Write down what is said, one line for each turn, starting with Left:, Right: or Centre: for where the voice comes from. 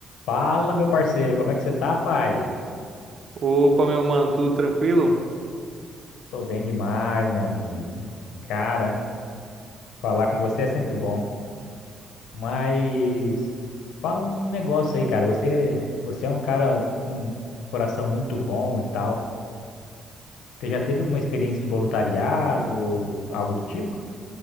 Left: Fala, meu parceiro, como é que você tá, pai?
Right: Opa, meu mano, tudo tranquilo?
Left: Tô bem demais, meu amigo. Cara, falar com você é sempre bom. Mas fala um negócio aí, cara. Você, você é um cara com um coração muito bom e tal. Você já teve alguma experiência de voluntariado ou algo do tipo?